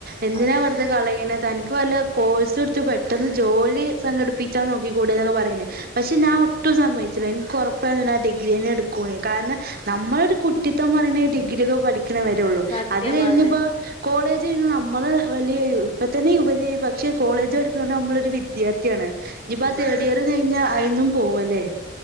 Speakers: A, on the right; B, on the left.
A: എന്തിനാ
B: അതെ
A: വെറുതെ കളയിണ്? തനിക്ക് വല്ലകോഴ്സ് ടുത്ത് പെട്ടെന്ന് ജോലി സംഘടിപ്പിച്ചാൻ നോക്കി കൂടെന്നൊക്കെ പറയണ്. പക്ഷേ ഞാൻ ഒട്ടും സമ്മയിച്ചില്ല എനിക്ക് ഉറപ്പായിരുന്നു ഞാൻ ഡിഗ്രിന്നെ എടുക്കുന്ന്. കാരണം നമ്മള് ഒരു കുട്ടിത്തം പറയുന്ന ഈ ഡിഗ്രിയൊക്കെ പഠിക് ക്ക്ണേ വെരോള്ളൂ
B: സത്യം
A: അത് കഴിഞ്ഞ്പ്പോ
B: അതെ
A: കോളേജ് കയ്ഞ്ഞാ നമ്മള് വല്യ യു ഇപ്പതന്നെ യുവതിയായി പക്ഷേ കോളേജ് പടിക്ക്ണോണ്ട് അമ്മളൊരു വിദ്യാർത്ഥിയാണ്. ഞ്ഞിപ്പോ
B: അതെ
A: ആ തേഡ് ഇയറ് കയ്ഞ്ഞാ അയിന്നും പോവല്ലേ